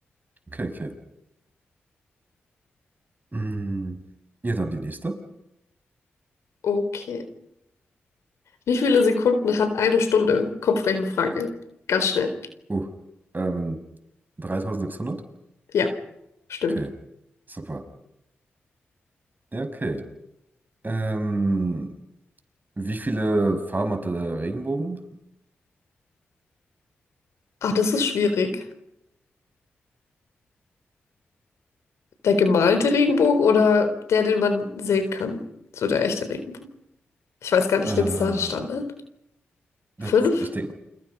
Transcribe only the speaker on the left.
Okay. Wie viele Sekunden hat eine Stunde? Kopfrechenfrage. Ganz schnell.
Ja, stimmt.
Ach, das ist schwierig. Der gemalte Regenbogen oder der, den man sehen kann? So der echte Regenbogen. Ich weiß gar nicht,
gibt es da einen Standard?
Fünf?